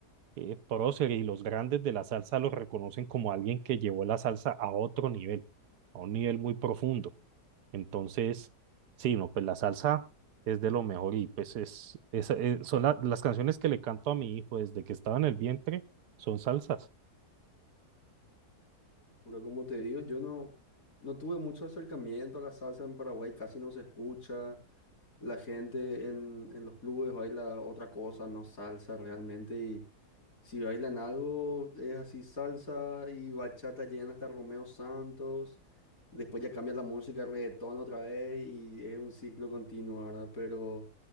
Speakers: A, on the right; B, on the left.
A: eh, próceres y los grandes de la salsa los reconocen como alguien que llevó la salsa a otro nivel, a un nivel muy profundo. Entonces, sí, no, pues la salsa es de lo mejor y pues es, es- es- son la- las canciones que le canto a mi hijo desde que estaba en el vientre son salsas.
B: Pero como te digo, yo no, no tuve mucho acercamiento a la salsa en Paraguay, casi no se escucha. La gente en, en los clubes baila otra cosa, no salsa realmente. Y si bailan algo, es así salsa y bachata, llegan hasta Romeo Santos. Después ya cambia la música, reggaetón otra vez y es un ciclo continuo, ¿verdad? Pero